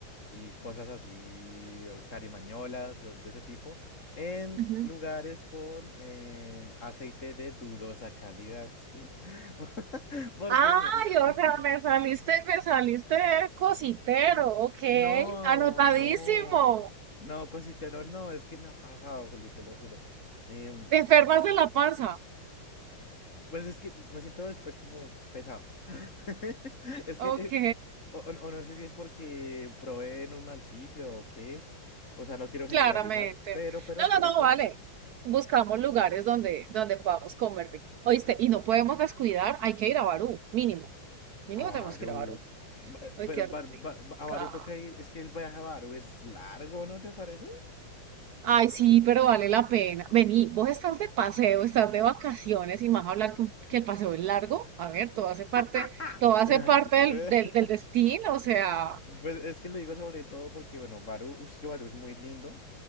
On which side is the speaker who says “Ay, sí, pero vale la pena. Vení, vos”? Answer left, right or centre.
Right